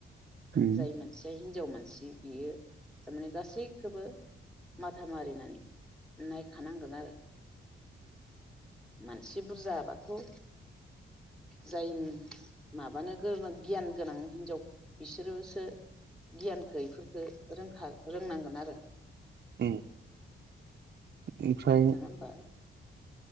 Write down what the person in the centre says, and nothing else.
जाय मानसिया हिनजाव मानसि बियो थारमाने गासैखोबो माथा मारिनानै नायखानांगोन आरो मानसि बुरजाबाथ' ओ जाय माबानो गोरों गियान गोनां हिनजावफोर बिसोरोसो गियानखौ इफोरखो रोंखा रोंनांगोन आरो
नङा होमबा